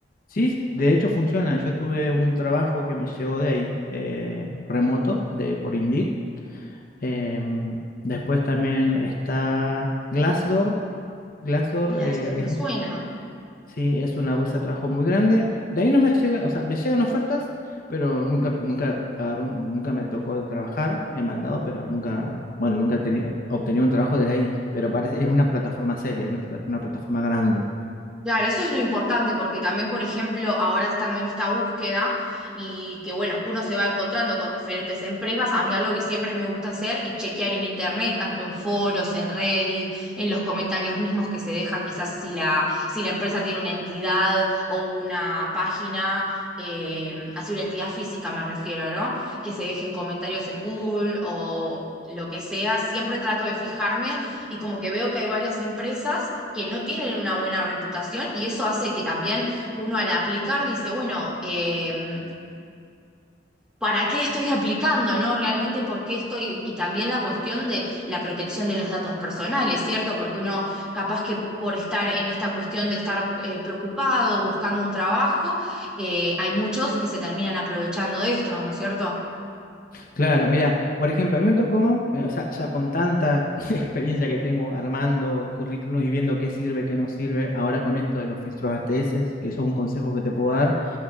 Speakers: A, on the left; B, in the centre.
A: sí, de hecho funciona. Yo tuve un trabajo que me llegó de ahí, eh, remoto, de, por Indeed. Em, después también está Glassdoor. Glassdoor
B: Glassdoor
A: eh,
B: me
A: es
B: suena.
A: Sí, es una bolsa de trabajo muy grande. De ahí no me llega, o sea, me llegan ofertas, pero nunca, nunca agarro un- nunca me tocó trabajar, he mandado, pero nunca, bueno, nunca he tenido, obtenido un trabajo desde ahí, pero parece, es una plataforma seria, una, pla- una plataforma grande.
B: Claro, eso es lo importante, porque también, por ejemplo, ahora estando en esta búsqueda y que, bueno, uno se va encontrando con diferentes empresas, a mí algo que siempre me gusta hacer es chequear en internet, tanto en foros, en Reddit, en los comentarios mismos que se dejan, quizás si la, si la empresa tiene una entidad o una página, eh, así una entidad física me refiero, ¿no? Que se dejen comentarios en Google o... lo que sea, siempre trato de fijarme y como que veo que hay varias empresas que no tienen una buena reputación y eso hace que también uno al aplicar dice, bueno, eh, ¿para qué estoy aplicando? ¿No? Realmente, ¿por qué estoy? Y también la cuestión de la protección de los datos personales, ¿cierto? Porque uno capaz que por estar en esta cuestión de estar eh, preocupado, buscando un trabajo, eh, hay muchos que se terminan aprovechando de esto, ¿no es cierto?
A: Claro, mira, por ejemplo, a mí me tocó, eh, o sea, ya con tanta <laughs> experiencia que tengo armando currículos y viendo qué sirve, qué no sirve, ahora con esto de los filtros ATS, que eso es un consejo que te puedo dar